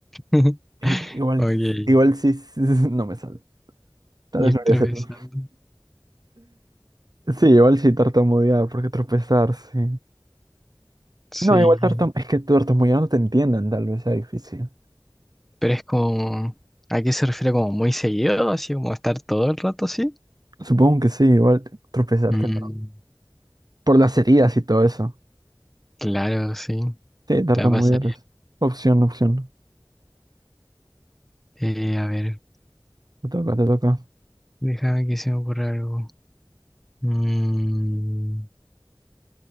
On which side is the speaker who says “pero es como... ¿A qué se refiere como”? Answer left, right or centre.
Centre